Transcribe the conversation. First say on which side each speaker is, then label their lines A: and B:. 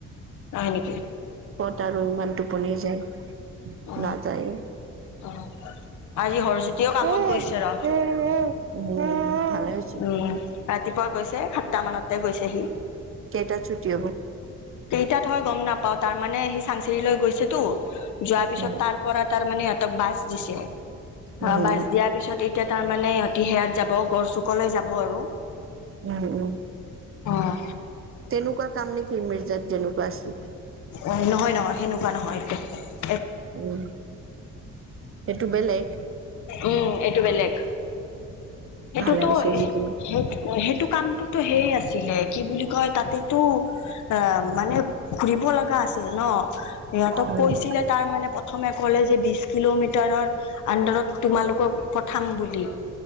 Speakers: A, on the left; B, on the right.
A: হয় নেকি?
B: পত আৰু ইমান টোপনি যায়
A: অ
B: নাযায়ে
A: অ আজি হৰজ্যোতিও কামত
B: উ
A: গৈছে ৰ।
B: উ উ
A: উম ৰাতিপুৱা গৈছে সাতটা মানতে গৈছে সি।
B: কেইটাত ছুটি হব।
A: কেইটাত হয় গম নাপাও তাৰ মানে সি চাংচিৰি লৈ গৈছেতো যোৱাৰ পিছত
B: উম
A: তাৰ পৰা তাৰমানানে সিহঁতক বাছ দিছে অ
B: উম
A: বাছ দিয়াৰ পিছত। এতিয়া তাৰ মানে অতি সেয়াত যাব গড় চুকলৈ যাব আৰু
B: উম উম
A: অ
B: তেনেকুৱা কাম নেকি মিৰ্জাত যেনেকুৱা আছিল।
A: অ' নহয় নহয় সেনেকুৱা নহয় এইটো
B: উম সেইটো বেলেগ।
A: উম এইটো বেলেগ। সেইটোতো
B: ভালে হৈছে যিকোনো
A: সেই সেইটো কামটোতো সেই আছিলে কি বুলি কয় তাতেতো অ মানে ঘুৰিব লগা আছিল ন সিহঁতক
B: উম
A: কৈছিলে তাৰ মানে প্ৰথমে যে বিশ কিলমিটাৰৰ আত তোমালোকক বুলি